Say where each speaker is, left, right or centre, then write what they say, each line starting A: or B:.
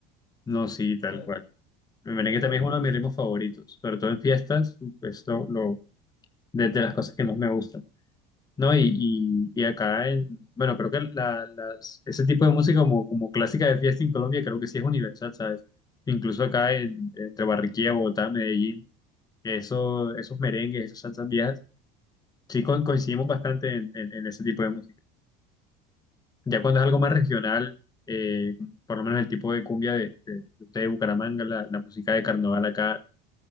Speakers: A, on the left; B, on the left.
A: No, sí, tal
B: Ah,
A: cual. El
B: el
A: merengue
B: merengue
A: también
B: a mí
A: es
B: me
A: uno
B: gusta.
A: de mis ritmos favoritos, sobre todo en fiestas, esto lo, de, de las cosas que más me gustan, ¿no? Y, y, y acá en, bueno, creo que la- las, ese tipo de música como, como clásica de fiesta en Colombia creo que sí es universal, ¿sabes? Incluso acá en, entre Barranquilla, Bogotá, Medellín, eso, esos merengues, esas salsas viejas, sí co- coincidimos bastante en, en- en ese tipo de música. Ya cuando es algo más regional, eh, por lo menos el tipo de cumbia de, de, de ustedes de Bucaramanga, la, la música de carnaval acá